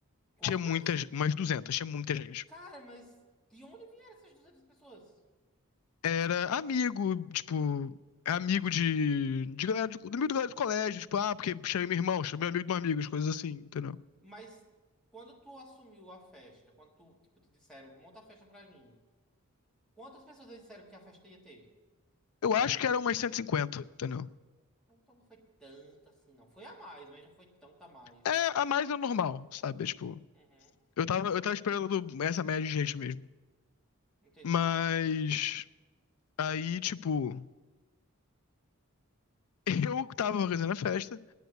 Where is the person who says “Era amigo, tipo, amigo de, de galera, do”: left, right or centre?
Left